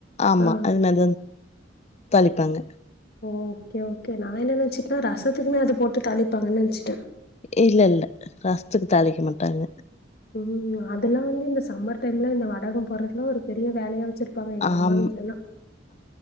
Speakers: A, on the left; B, on the left.
A: ஆமா
B: ஆ
A: அது மாரிதா தாளிப்பாங்க
B: ஓகே ஒகே நா என்ன நெனச்சிட் ஆ ரசத்துக்குமே அது போட்டு தாளிப் <unintelligible> வச்சுட்டே
A: இல்லல்ல ரஸ்த்துக்கு தாளிக்க மாட்டாங்க
B: உ உ ஆ இதெல்லா வந்து இந்த சம்மர் டைம்ல இந்த வடகோ போறதுலா ஒரு பெரிய வேலையா வச்ரு ப்பாங்க எங்க
A: ஆம்
B: அம்மா வீட்லல்லா